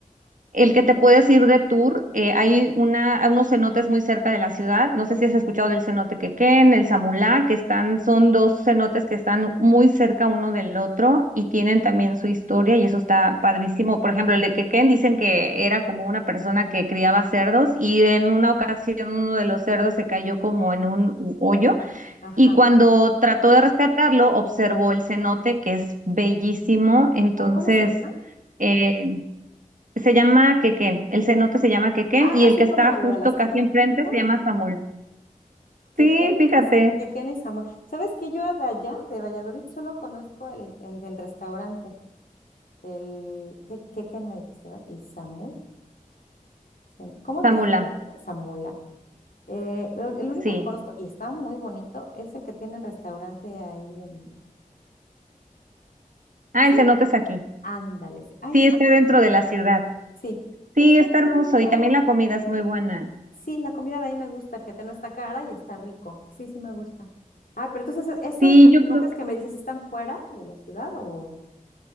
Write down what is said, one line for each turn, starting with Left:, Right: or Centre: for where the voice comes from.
Right: el que te puedes ir de tour, eh, hay una, hay unos cenotes muy cerca de la ciudad. No sé si has escuchado del cenote Quequén, el Samulá, que están, son dos cenotes que están muy cerca uno del otro y tienen también su historia y eso está padrísimo. Por ejemplo, el de Quequén dicen que era como una persona que criaba cerdos y en una ocasión uno de los cerdos se cayó como en un u- hoyo
Left: Ajá.
Right: y cuando trató de rescatarlo observó el cenote que es bellísimo. Entonces...
Left: ¿Cómo, cómo se llama?
Right: eh, se llama Quequén, el cenote se llama Quequén
Left: Ah,
Right: y
Left: así
Right: el que está
Left: como
Right: justo
Left: lo de las carnes.
Right: casi enfrente
Left: Ah,
Right: se llama Zamula.
Left: que
Right: Sí,
Left: Ken,
Right: fíjate,
Left: que Ken y Samuel. ¿Sabes que yo de allá, de Valladolid, solo conozco el, el del restaurante? El que, que Ken me dijiste, ¿verdad? Y Samuel. Sam- ¿Cómo me
Right: Zamula,
Left: dijiste? Samula. Eh, pero el único
Right: sí.
Left: que conozco, y está muy bonito, es el que tiene el restaurante ahí en...
Right: Ah,
Left: Sí,
Right: el cenote es aquí.
Left: ándale. sí. Ahí
Right: Sí,
Left: está.
Right: está dentro de la ciudad.
Left: Sí, pero
Right: Sí,
Left: está
Right: está hermoso
Left: bien lindo.
Right: y también la comida es muy buena.
Left: Sí, la comida de ahí me gusta, fíjate, no está cara y está rico. Sí, sí me gusta. Ah, pero entonces, ¿e- ¿esos
Right: Sí, yo
Left: notas
Right: creo
Left: que me dices están fuera de la ciudad o